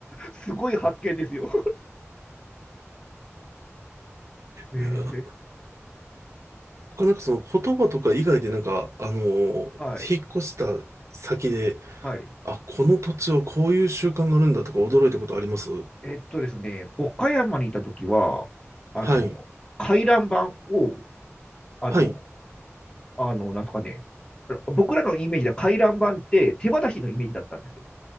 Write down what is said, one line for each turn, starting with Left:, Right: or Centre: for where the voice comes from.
Left: すごい発見ですよ。えー
Right: いや、他なんかその言葉とか以外でなんか、あのー引っ越した先で、
Left: はい。はい。
Right: あ、この土地はこういう習慣があるんだとか驚いたことあります
Left: えっとですね、岡山にいた時は、あの、
Right: はい。
Left: 回覧板を、あの、
Right: はい。
Left: あの、なんとかね、僕らのイメージでは回覧板って手渡しのイメージだったんですよ。